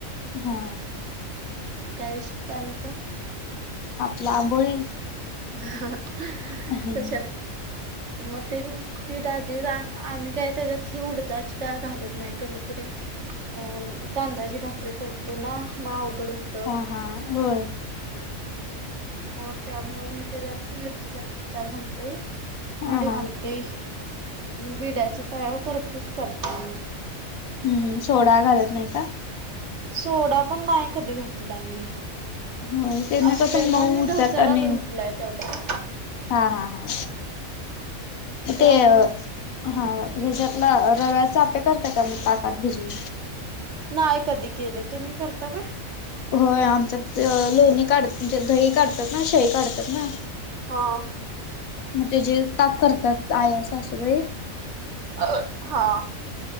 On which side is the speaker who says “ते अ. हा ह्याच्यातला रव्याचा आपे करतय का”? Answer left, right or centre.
Left